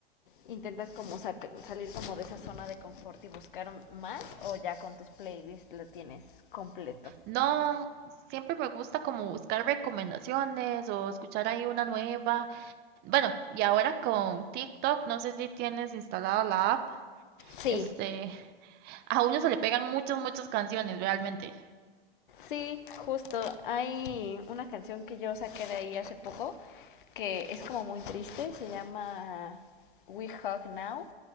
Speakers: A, on the left (about 55°); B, on the right (about 35°).
A: intentas como saca- salir como de esa zona de confort y buscar más o ya con tus playlists lo tienes completo.
B: No, siempre me gusta como buscar recomendaciones o escuchar ahí una nueva. Bueno, y ahora con TikTok, no sé si tienes instalada la app.
A: Sí,
B: Este, A uno se le pegan muchas, muchas canciones, realmente.
A: Sí, justo. Hay una canción que yo saqué de ahí hace poco que es como muy triste. Se llama We Hug Now,